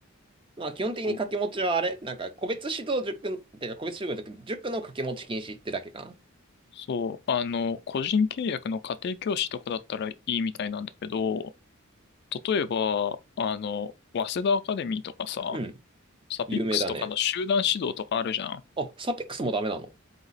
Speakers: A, on the right; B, on the left.
A: まあ、基本的に掛け持ちはあれなんか、
B: そう。
A: 個別指導塾、てか、個別指導塾、塾の掛け持ち禁止ってだけかな
B: そう、あの、個人契約の家庭教師とかだったらいいみたいなんだけど、例えば、あの、早稲田アカデミーとかさ、
A: うん、
B: サピックスとかの集団指導とかあるじゃん。
A: 有名だね。あ、サピックスもダメなの